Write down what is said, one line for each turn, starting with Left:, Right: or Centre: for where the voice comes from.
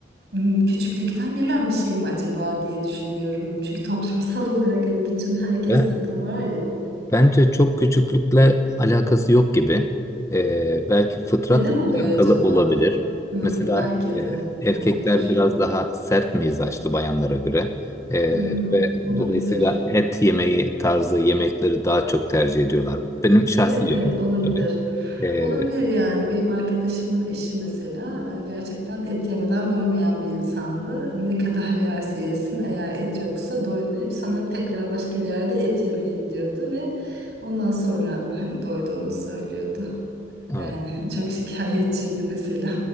Right: m, küçüklükten gelen bir şey mi acaba diye düşünüyorum. Çünkü toplumsal olarak hani bütün herkeste
Left: ve
Right: bu var ya.
Left: Bence çok küçüklükle alakası yok gibi. Ee, belki fıtratla
Right: Neden oluyor
Left: alakalı
Right: acaba?
Left: olabilir.
Right: Hmm,
Left: Mesela
Right: belki
Left: e,
Right: de
Left: erkekler
Right: olabilir.
Left: biraz daha sert mizaçlı bayanlara göre. Ee,
Right: Hı hı,
Left: ve
Right: olabilir.
Left: dolayısıyla et yemeği tarzı yemekleri daha çok tercih ediyorlar. Benim şahsi
Right: Evet evet
Left: yorumum
Right: olabilir.
Left: tabii. Ee,
Right: Olabilir yani. Benim arkadaşımın eşi mesela e, gerçekten et yemeden doymayan bir insandı. Ne kadar <laughs> yerse yesin eğer et yoksa doymayıp sonra tekrar başka bir yerde et yemeye gidiyordu ve ondan sonra hani doyduğunu söylüyordu.
Left: <laughs>
Right: Yani <laughs> çok şikayetçiydi mesela